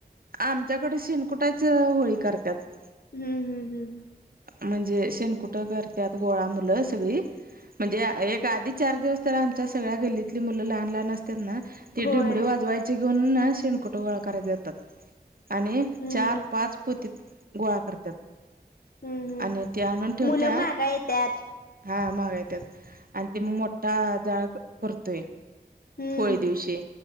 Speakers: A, on the right; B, on the left.
A: आमच्याकडे शेनकुटाच होळी करत्यात.
B: हम्म, हम्म, हम्म.
A: म्हणजे शेनकुटं करत्यात गोळा मुल सगळी म्हणजे एक आधी चार दिवस तर आमच्या सगळ्या गल्लीत ली मुल लहान लहान असत्यात ना ती
B: होय
A: दिमडी वाजवायची घेऊन ना शे कटगोळा करायातात आणि
B: हम्म
A: चार पाच पोती गोळा करत्यात.
B: हम्म हम्म
A: आणि ते आणून ठेवत्यात
B: मुलं मागा येत्यात
A: हा माव्या आणि ते म मोट्टा जाळ करतोय
B: हम्म
A: होळी दिवशी.